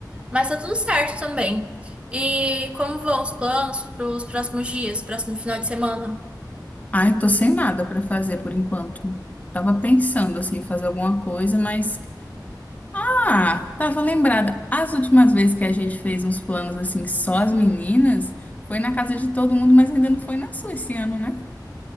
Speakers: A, on the right (about 15°); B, on the left (about 20°).
A: mas tá tudo certo também. E como vão os planos para os próximos dias, próximo final de semana?
B: Ah, eu tô sem nada pra fazer por enquanto. Tava pensando, assim, em fazer alguma coisa, mas... Ah, tava lembrada. As últimas vezes que a gente fez uns planos, assim, só as meninas, foi na casa de todo mundo, mas ainda não foi na sua esse ano, né?